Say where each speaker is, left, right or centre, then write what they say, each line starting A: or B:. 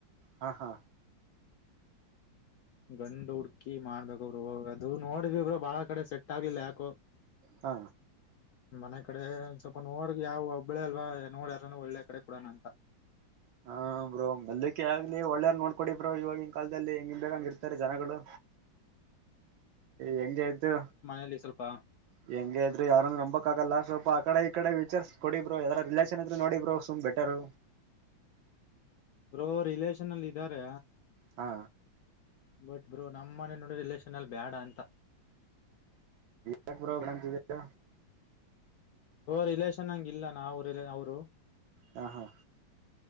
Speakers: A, on the right (about 80°); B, on the left (about 70°).
A: ಹಾಂ ಹಾ
B: ಗಂಡು ಹುಡ್ಕಿ ಮಾಡ್ಬೇಕ ಅವರು ಅದು ನೋಡ್ರರು ಬಾಳ ಕಡೆ ಸೆಟ್ ಆಗ್ಲಿಿಲ್ಲ ಯಾಕು
A: ಹಾ
B: ಮನೆ ಕಡೆ ಒ ಸ್ವಲ್ಪ ನೋಡ ಯಾವವು ಒಬ್ಬಳೇ ಅಲ್ವಾ ನೋಡ್ಯಾರೂ ಒಳ್ಳೆ ಕಡೆ ಕೊಡಣ ಅಂತ
A: ಹಾ ಬ್ರೋ ಮೆಲ್ಕ್ಕೆೆ ಆಗ್ಲಿ ಒಳ್ಳೇದ ನೋಡ್ಕೊಡಿ ಬ್ರೋ ಇವಾಗಿನ್ ಕಾಲದಲ್ಲಿ ಹೆಂಗಿನ್ ಬೇಕಂಗ ಇರ್ತಾರೆ ಜನಗಳು ಹೆಂಗ ಆಯ್ತು
B: ಅಲ್ಲಿ ಸ್ವಲ್ಪ
A: ಹೆಂಂಗ ಇದ್ರು ಯಾರಂದ ನಂಬಕ್ ಆಾಗಲ್ಲ ಸ್ವಲ್ಪ ಆ ಕಡೆ ಈ ಕಡೆ ವಿಚರ್ಸ್ ಕೊಡಬ್ರರು ಯದಾರ ರಿಲೇಷನ್ ಇದ್ರ ನೋಡಬ್ರರು ಸುಮ್ ಬೆಟರು
B: ಬ್ರೋ ರಿಲೇಷನ್ ಅಲ್ಲಿ ಇದಾರೆ
A: ಹಾ
B: ಬಟ್ ಬ್ರೋ ನಮ್ಮನೆ ನೋಡಿ ರಿಲೇಷನ್ ಅಲ್ಲಿ ಬೇಡ ಅಂತ
A: ಯ ಬ್ರೋ ಗಂತಿದೀರ
B: ರಿಲೇಷನ್ ಹಂಗ ಇಲ್ಲ ನಾ ಅವರು ಅವ್ರು
A: ಹಾ ಹಾ